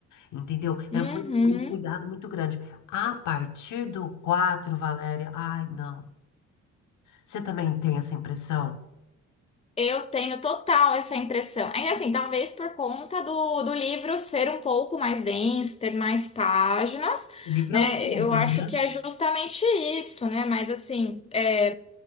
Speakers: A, on the left (about 80°); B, on the left (about 20°).
A: Entendeu?
B: Uhum.
A: Era, foi um cuidado muito grande. A partir do 4, Valéria, ai, não. Você também tem essa impressão?
B: Eu tenho total essa impressão. É assim, talvez por conta do, do livro ser um pouco mais denso, ter mais páginas,
A: O livro
B: né?
A: é o dobro,
B: Eu acho
A: né?
B: que é justamente isso, né? Mas assim, é,